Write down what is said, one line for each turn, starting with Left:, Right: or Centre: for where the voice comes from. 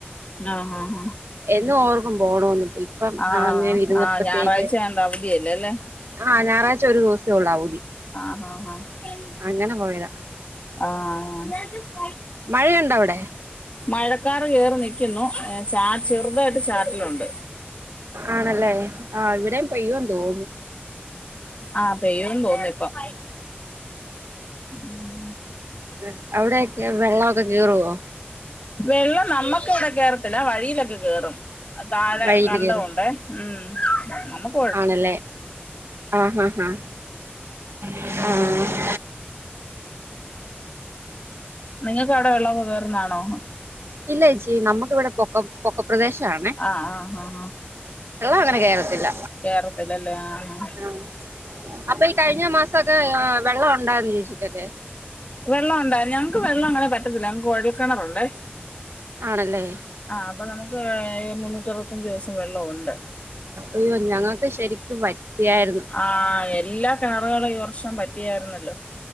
Left: ആഹ് ആഹ് ആഹ്
Right: എന്നും ഓർക്കും പോണോന്ന് ഇപ്പ ഇപ്പം
Left: ആഹ്
Right: അങ്ങനെ ഇരുന്നപ്പത്തേക്ക്
Left: ആഹ് ഞായറാഴ്ചയായോണ്ട് അവധിയല്ലേ അല്ലേ
Right: ആഹ് ഞായറാഴ്ച ഒരു ദിവസേ ഇള്ളൂ അവധി
Left: ആഹ് ആഹ് ആഹ്
Right: അങ്ങനെ പോയതാ
Left: ആഹ്
Right: മഴയൊണ്ടോ അവിടെ
Left: മഴക്കാറ് കേറി നിക്കുന്നു ഏഹ് ചാ ചെറുതായിട്ട് ചാറ്റലൊണ്ട്
Right: ആണല്ലേ ആഹ് ഇവിടെയും പെയ്യുവെന്ന് തോന്നു
Left: ആഹ് പെയ്യൂന്ന് തോന്നു ഇപ്പം ഉം
Right: ഉം അവിടെയൊക്കെ വെള്ളവൊക്കെ കേറുവോ
Left: വെള്ളം നമ്മക്കിവിടെ കേറത്തില്ലാ വഴിയിലൊക്കെ കേറും താഴെ
Right: വഴിയില്
Left: കണ്ടവൊണ്ടെ
Right: കേറും
Left: ഉം നമ്മക്ക്
Right: ആണല്ലേ ആഹ് ആഹ് ആഹ് ആഹ്
Left: നിങ്ങക്ക് അവിടെ വെള്ളവൊക്കെ കേറുന്നാണോ?
Right: ഇല്ല ചേച്ചി നമ്മക്കിവിടെ പൊക്കം പൊക്ക പ്രദേശവാണെ
Left: ആഹ് ആഹ് ആഹ് ആഹ്
Right: അങ്ങനെ കേറത്തില്ല
Left: കേറത്തില്ലാലെ ആഹ് ആഹ്
Right: ആഹ് അപ്പൊ ഈ കഴിഞ്ഞ മാസൊക്കെ ഏഹ് വെള്ളം ഒണ്ടായിരുന്നോ ചേച്ചിക്കൊക്കെ
Left: വെള്ളം ഒണ്ടാ ഞങ്ങൾക്ക് വെള്ളം അങ്ങനെ പറ്റത്തില്ലാ ഞങ്ങക്ക് കൊഴൽക്കെണറൊണ്ടേ
Right: ആണല്ലേ
Left: ആഹ് അപ്പം നമ്മക്ക് ഏഹ് മുന്നൂറ്റി അറുപത്തഞ്ച് ദിവസം വെള്ളവൊണ്ട്
Right: അയ്യോ ഞങ്ങക്ക് ശരിക്കും വറ്റിയായിരുന്നു
Left: ആഹ് എല്ലാ കെണറുകളും ഈ വർഷം പറ്റിയായിരുന്നല്ലോ